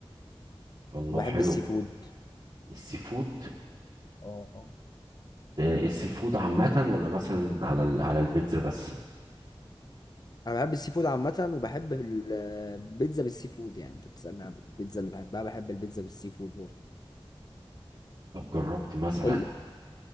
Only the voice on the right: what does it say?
الله
حلو
السي فود
آه، السي فود عامة ولا مثلا على ال- على البيتزا بس
طب جربت مثلا